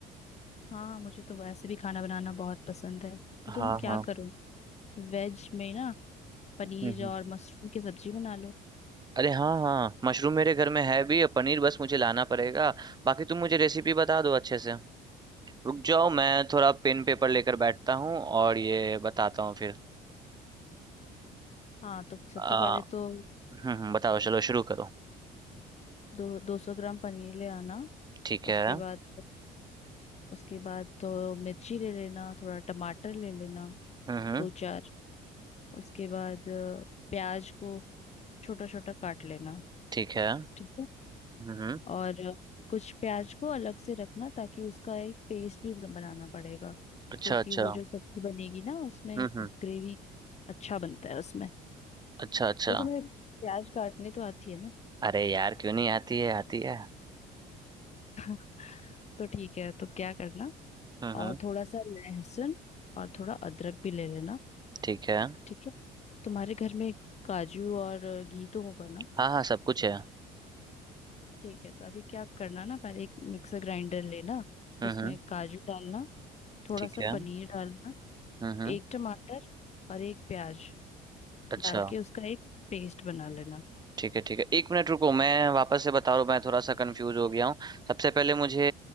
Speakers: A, on the left; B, on the right.
A: हाँ मुझे तो वैसे भी खाना बनाना बहुत पसंद है तो तुम
B: हाँ
A: क्या
B: हाँ
A: करो वेज में ना पनीर
B: हम्म हम्म।
A: और मशरूम की सब्जी बना लो
B: अरे हाँ हाँ मशरूम मेरे घर में है भी और पनीर बस मुझे लाना पड़ेगा बाकी तुम मुझे रेसिपी बता दो अच्छे से रुक जाओ मैं थोड़ा पेन पेपर लेकर बैठता हूँ और ये बताता हूँ फिर
A: हाँ तो सबसे
B: आ,
A: पहले तो
B: हम्म हम्म, बताओ चलो शुरू करो
A: दो दो सौ ग्राम पनीर ले आना
B: ठीक
A: उसके
B: है
A: बाद उसके बाद तो मिर्ची ले लेना थोड़ा टमाटर ले लेना
B: हम्म
A: दो चार उसके बाद अ, प्याज को छोटा छोटा काट लेना
B: ठीक है
A: ठीक है
B: हम्म
A: और कुछ प्याज को अलग से रखना ताकि उसका एक पेस्ट भी बनाना पड़ेगा
B: अच्छा
A: क्योंकि
B: अच्छा
A: वो जो सब्जी बनेगी ना उसमें
B: हम्म
A: ग्रेवी अच्छा बनता है उसमें
B: अच्छा अच्छा
A: तो तुम्हें प्याज काटने तो आती है ना
B: अरे यार क्यों नहीं आती है आती है
A: <laughs> तो ठीक है तो क्या करना
B: हम्म
A: और थोड़ा सा लहसुन और थोड़ा अदरक भी ले लेना
B: ठीक है
A: ठीक है तुम्हारे घर में काजू और घी तो होगा ना
B: हाँ हाँ सब कुछ है
A: ठीक है तो अभी क्या करना ना पहले एक मिक्सर ग्राइंडर लेना
B: हम्म
A: उसमें काजू डालना थोड़ा
B: ठीक
A: सा
B: है
A: पनीर डालना
B: हम्म
A: एक टमाटर और एक प्याज
B: अच्छा
A: डाल के उसका एक पेस्ट बना लेना
B: ठीक है ठीक है एक मिनट रुको मैं वापस से बता रहा हूँ मैं थोड़ा सा कंफ्यूज हो गया हूँ सबसे पहले मुझे